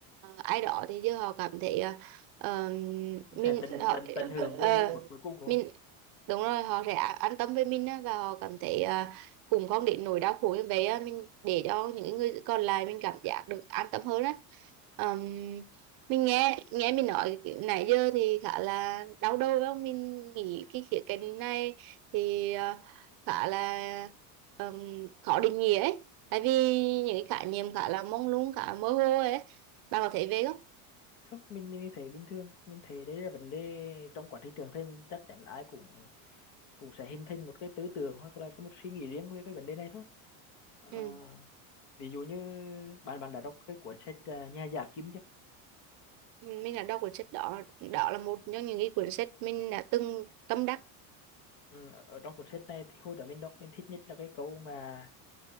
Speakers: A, on the right; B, on the left.
A: ai đó thì giờ họ cảm thấy ờ, Ờ, mình
B: sẽ tận
A: họ
B: tận tận hưởng cái
A: ờ,
B: giây phút cuối cùng đúng
A: mình
B: không
A: đúng rồi họ sẽ a- an tâm với mình á, và họ cảm thấy à, cũng không đến nỗi đau khổ như vậy á. Mình để cho những người còn lại mình cảm giác được an tâm hơn á Ờm, mình nghe nghe mình nói nãy giờ thì khá là đau đầu phải không mình nghĩ cái khía cạnh này thì à, khá là um, khó định nghĩa ấy tại vì những cái khái niệm khá là mông lung khá là mơ hồ ấy bạn có thấy về không
B: không mình mình thấy bình thường mình thấy đấy là vấn đề trong quá trình trưởng thành chắc chắn là ai cũng cũng sẽ hình thành một cái tư tưởng hoặc là cái một suy nghĩ riêng về cái vấn đề này thôi Ờ,
A: Ừ.
B: ví dụ như bạn bạn đã đọc cái cuốn sách à, Nhà giả Kim chưa
A: mình là đọc cuốn sách đó đó là một trong những cái cuốn sách mình đã từng tâm đắc
B: ừ, ở ở trong cuốn sách này thì hồi đó mình đọc mình thích nhất là cái câu mà